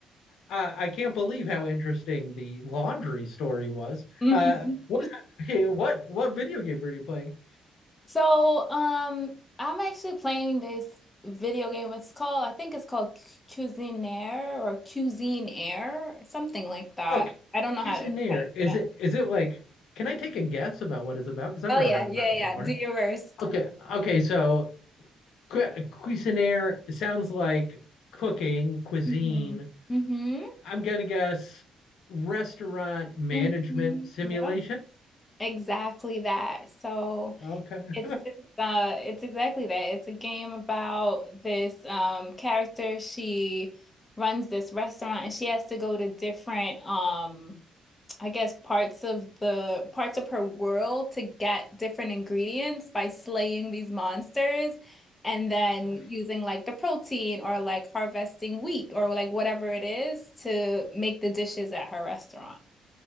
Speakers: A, on the left; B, on the left.
A: uh, I can't believe how interesting the laundry story was.
B: hmm
A: Uh, what, <laughs> hey, what, what video game were you playing?
B: So, um, I'm actually playing this video game. It's called, I think it's called Cuisinaire or Cuisine Air, something like that.
A: Okay,
B: I don't know
A: Cuisinaire.
B: how to, how you
A: Is
B: pronounce
A: it,
B: it.
A: is it like? Can I take a guess about what it's about? Because I've
B: Oh
A: never
B: yeah,
A: heard
B: yeah,
A: about it
B: yeah.
A: before.
B: Do your worst.
A: Okay, okay. So cu- Cuisinaire sounds like cooking, cuisine.
B: Mm-hmm. Mm-hmm.
A: I'm gonna guess restaurant management
B: hmm
A: simulation.
B: Yep. Exactly that. So
A: Okay.
B: it's it's, uh it's exactly that. It's a game about this um character. She runs this restaurant and she has to go to different um I guess parts of the parts of her world to get different ingredients by slaying these monsters and then
A: <laughs>
B: using like the protein or like harvesting wheat or like whatever it is to make the dishes at her restaurant.